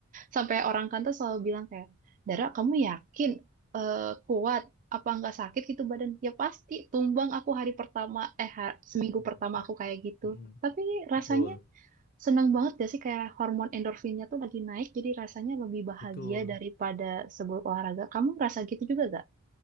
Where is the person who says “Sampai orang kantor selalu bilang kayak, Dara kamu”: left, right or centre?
Right